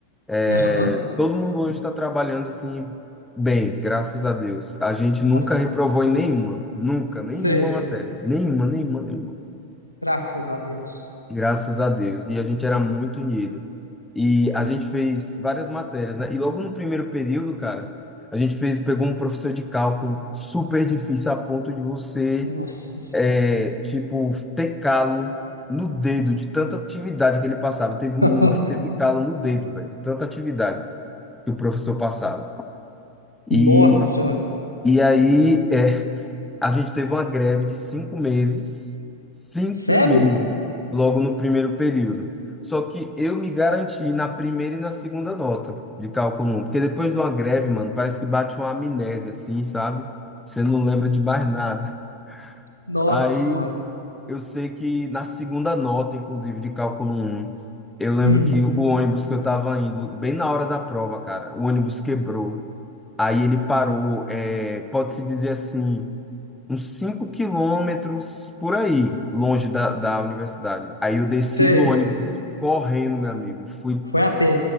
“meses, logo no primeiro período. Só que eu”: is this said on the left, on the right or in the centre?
Centre